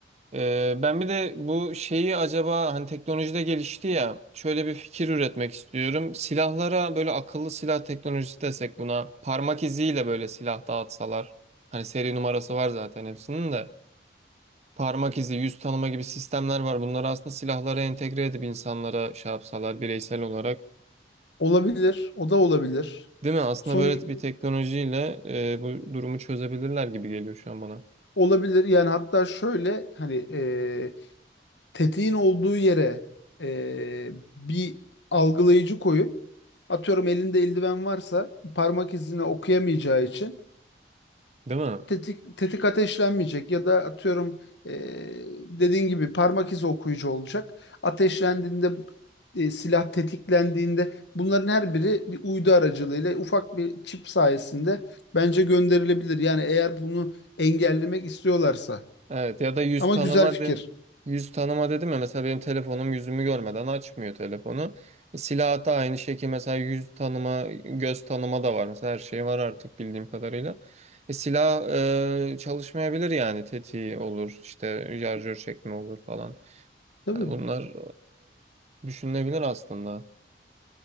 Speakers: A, on the right; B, on the left.
A: Ee, ben bir de bu şeyi acaba hani teknolojide gelişti ya şöyle bir fikir üretmek istiyorum. Silahlara böyle akıllı silah teknolojisi desek buna parmak iziyle böyle silah dağıtsalar. Hani seri numarası var zaten hepsinin de. Parmak izi, yüz tanıma gibi sistemler var. Bunları aslında silahlara entegre edip insanlara şey yapsalar bireysel olarak.
B: Olabilir, o da olabilir.
A: Değil mi? Aslında
B: Sonuç
A: böyle bir teknolojiyle e, bu durumu çözebilirler gibi geliyor şu an bana.
B: olabilir yani hatta şöyle hani e, tetiğin olduğu yere e, bir algılayıcı koyup atıyorum elinde eldiven varsa parmak izini okuyamayacağı için
A: Değil mi?
B: tetik, tetik ateşlenmeyecek ya da atıyorum eee dediğin gibi parmak izi okuyucu olacak. Ateşlendiğinde e, silah tetiklendiğinde bunların her biri bir uydu aracılığıyla ufak bir çip sayesinde bence gönderilebilir. Yani eğer bunu engellemek istiyorlarsa.
A: Evet ya da yüz
B: Ama
A: tanıma
B: güzel fikir.
A: de yüz tanıma dedim ya mesela benim telefonum yüzümü görmeden açmıyor telefonu. Silah da aynı şekilde mesela yüz tanıma, göz tanıma da var. Mesela her şey var artık bildiğim kadarıyla. E, silah e, çalışmayabilir yani tetiği olur işte şarjör çekme olur falan.
B: Tabii
A: Hani bunlar e, düşünülebilir aslında.